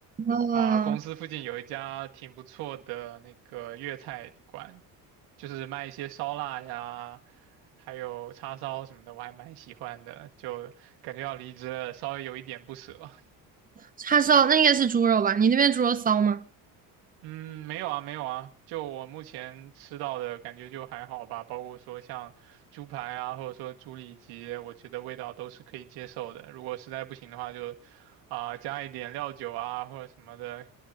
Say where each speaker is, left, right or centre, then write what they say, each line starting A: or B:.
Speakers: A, on the right (about 20°); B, on the right (about 85°).
A: 哦，
B: 啊，公司附近有一家挺不错的那个粤菜馆，就是卖一些烧腊呀，还有叉烧什么的，我还蛮喜欢的，就感觉要离职了，稍微有一点不舍。
A: 叉烧，那应该是猪肉吧？你那边猪肉骚吗？<laughs>
B: 嗯，没有啊，没有啊，就我目前吃到的感觉就还好吧，包括说像猪排啊，或者说猪里脊，我觉得味道都是可以接受的。如果实在不行的话就，啊加一点料酒啊或者什么的，